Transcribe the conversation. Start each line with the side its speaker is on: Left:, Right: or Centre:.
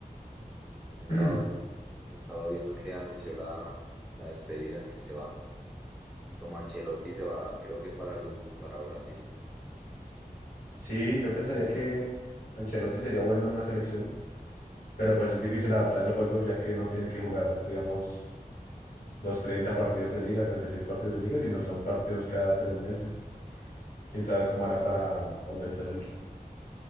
Centre: Eso estaba,
Left: <clears throat>
Centre: eso estaba viendo que anunció la, la despedida que se va. Y como Ancelotti se va, creo que para, el- para Brasil.
Left: Sí, yo pensaría que Ancelotti sería bueno en una selección, pero pues es difícil adaptar el juego ya que no tiene que jugar, digamos, los 30 partidos de liga, 36 partidos de liga, si no son partidos cada tres meses. Quién sabe cómo hará para organizar el equipo.